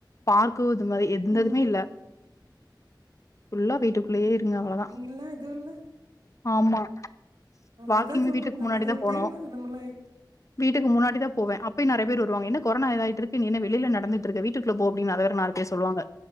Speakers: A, on the left (about 40°); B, on the right (about 65°).
A: பார்க்கு இது மாரி எந்ததுமே
B: ம்
A: இல்ல ஃபுல்லா வீட்டுக்குள்ளேயே இருங்க அவ்ள தா
B: எல்லா இதுல்ல
A: ஆமா வாக்கிங்
B: அதான் சொல்கிறேன்ல
A: வீட்டுக் முன்னாடி
B: அது
A: தா
B: ஒரு
A: போனு
B: டைம் நம்மளாம்
A: வீட்டுக் முன்னாடி தா போவே அப் பியு நெறைய பேர் வருவாங்க என்ன கொரோா இதாய்ட் இருக்கு நீ என்ன வெளியில நடந்துட் இருக்க வீட்டுக்குள்ள போ அப்படின் அத வேற ஒரு நாலு பேர் சொல்வாங்க